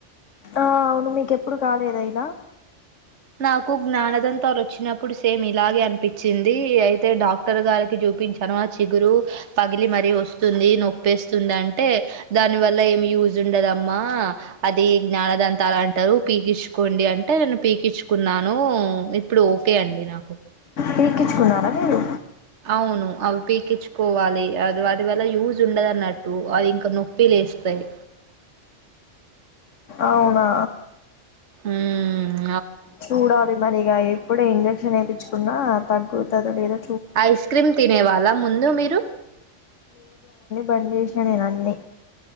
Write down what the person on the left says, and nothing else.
ఆ అవును మీకెప్పుడు కాలేదు ఇలా
పీక్కించుకున్నారా మీరు
అవునా
చూడాల మనేగా ఏ ఇప్పుడే ఇంజెక్షన్ వేయిించుకున్నా తగ్గు తదుడుదు
పనిచేసిన నేను అన్నీ